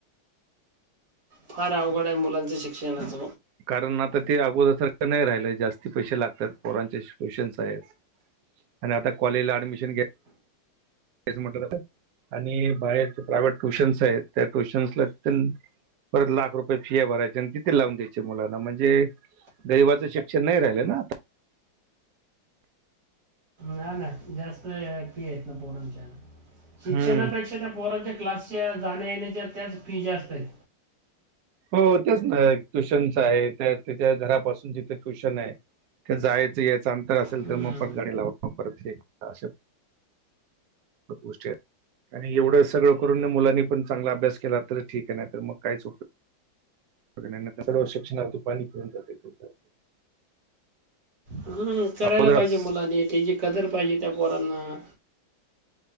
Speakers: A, on the right; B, on the right.
A: फार अवघड आहे मुलांचं शिक्षणाच
B: कारण आता ते अगोदरसारखं नाही राहिलं जास्ती पैसे लागतात पोरांच शिकू क्षणाच आहेत आणि आता कॉलेजला ऍडमिशन घे आणि बाहेर ज प्रायव्हेट ट्युशन्स आहेत त्या ट्युशन्सला परत लाख रुपये फिया भरायच्या आणि तिथे लावून द्यायचे मुलांना म्हणजे, गरीबाचं शिक्षण नाही राहिलं ना आता,
A: हा ना जास्त फी आहेत ना पोरणच्या शिक्षणापेक्षा
B: हम्म
A: पोरच्या क्लासच्या जाण्या येण्याच्या त्याच फी जास्त आहेत.
B: हो हो त्याच ना ट्युशनच आहे, त्या त्याच्या घरापासून जिथे ट्यूशन आहे. ते जायचं यायचं अंतर असेल
A: हम्म.
B: तर मोफत गाडी ला परत हे असं. <inaudible> आणि एवढं सगळं करून मुलांनी पण चांगला अभ्यास केला तर ठीक आहे, नाही तर मग कायच उपयोग <unintelligible> सर्व शिक्षणावर ती पाणी फिरून जातंय <unintelligible>
A: हा करायला
B: अगोदरच
A: पाहिजे मुलांनी, तेची कदर पाहिजे त्या पोरांना.